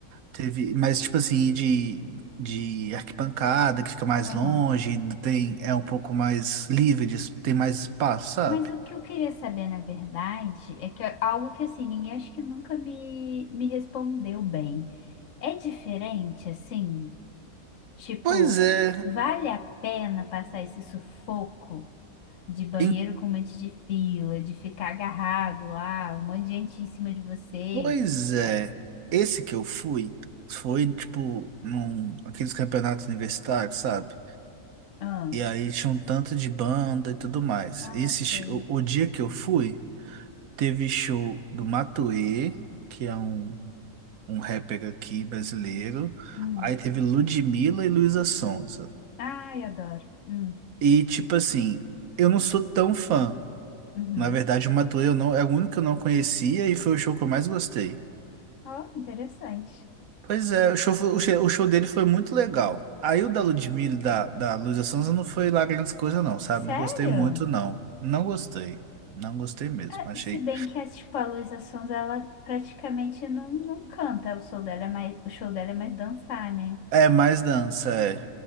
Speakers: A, on the right (about 70°); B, on the left (about 60°).
A: Teve, mas, tipo assim, ir de, de arquibancada, que fica mais
B: Aham.
A: longe, ainda tem, é um pouco mais livre, de es- tem mais espaço, sabe?
B: Mas o que eu queria saber, na verdade, é que é algo que assim, ninguém acho que nunca me, me respondeu bem. É diferente, assim? Tipo,
A: Pois é,
B: vale a pena passar esse sufoco de banheiro
A: em-
B: com um monte de fila, de ficar agarrado lá, um monte de gente em cima de você?
A: pois é. Esse que eu fui, foi, tipo, num, aqueles campeonatos universitários, sabe?
B: Ah,
A: E aí tinha um tanto de banda e tudo mais.
B: ah,
A: Esse,
B: sei.
A: sh- o, o dia que eu fui, teve show do Matuê, que é um um rapper aqui brasileiro.
B: Hum.
A: Aí teve Ludmilla e Luísa Sonza.
B: Ai, adoro. Hum.
A: E tipo assim, eu não sou tão fã.
B: Uhum.
A: Na verdade, o Matuê eu não, é o único que eu não conhecia e foi o show que eu mais gostei.
B: Oh, interessante.
A: Pois é, o show, foi- o show, o show dele foi muito legal. Aí o da Ludmilla e da, da Luísa Sonza não foi lá grandes coisas não, sabe?
B: Sério?
A: Não gostei muito não. Não gostei. Não gostei mesmo.
B: Ah,
A: Achei.
B: Se bem que, é, tipo, a Luísa Sonza, ela praticamente não, não canta. O show dela é mais, o show dela é mais dançar, né?
A: É mais dança, é.